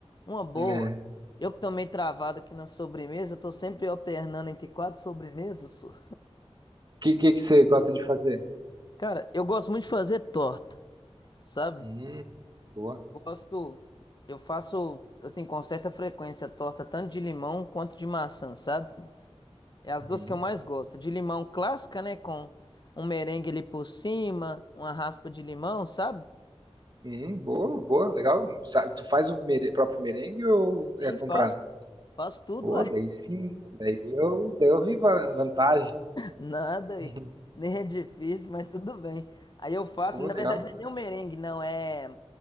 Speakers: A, on the left; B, on the right.
A: Uma boa.
B: É. O
A: Eu que também travado aqui na sobremesa, eu tô sempre alternando entre quatro sobremesas. só.
B: Que, que que você gosta de fazer?
A: Cara, eu gosto muito de fazer torta, sabe?
B: Hum, boa.
A: Gosto, eu faço assim com certa frequência torta tanto de limão quanto de maçã, sabe? É as
B: Uhum.
A: duas que eu mais gosto. De limão clássica, né, com um merengue ali por cima, uma raspa de limão, sabe?
B: Hum, boa, boa, legal. Sa- Tu faz o mere- próprio merengue ou
A: Sim,
B: é comprado?
A: faço, faço tudo,
B: Pô,
A: uai.
B: daí sim. Daí eu, daí eu vi va- vantagem.
A: Nada,
B: <laughs>
A: e
B: Uhum.
A: nem é difícil, mas tudo bem. Aí eu faço,
B: Pô,
A: ele, na
B: legal.
A: verdade não é nem o merengue, não, é,